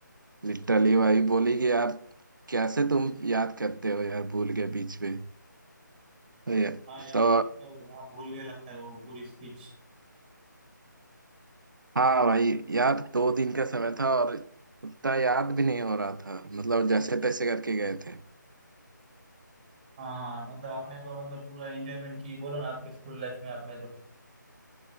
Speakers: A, on the right; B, on the right.
A: लिटरली वही बोली कि यार कैसे तुम याद करते हो यार भूल गए बीच में तो ये-
B: हाँ यार
A: तो
B: तो आप भूल गए लगता है वो पूरी स्पीच
A: हाँ भाई यार दो दिन का समय था और उतना याद भी नहीं हो रहा था मतलब जैसे तैसे करके गए थे
B: हाँ हाँ मतलब आपने तो मतलब पूरा एंजॉयमेंट की बोलो ना आपके स्कूल लाइफ में आपने तो